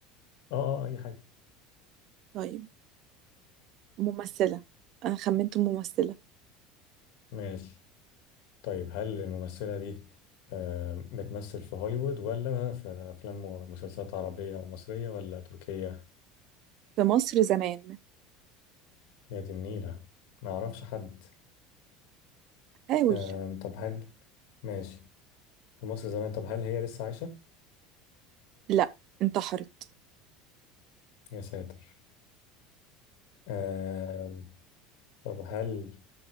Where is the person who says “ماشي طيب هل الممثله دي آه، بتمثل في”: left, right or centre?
Left